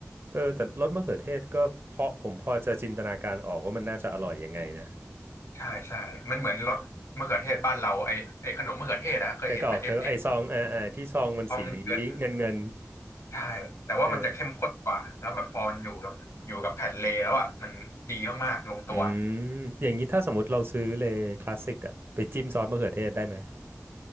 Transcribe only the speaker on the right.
เออแต่รสมะเขือเทศก็เพราะผมพอจะจินตนาการออกว่ามันน่าจะอร่อยยังไงนะ
นึกออกนึกออกไอซองอ่าอ่าที่ซองมันสี
เงินเงิน
เอออืมอย่างนี้ถ้าสมมติเราซื้อเลยคลาสสิกอะไปจิ้มซอสมะเขือเทศได้ไหม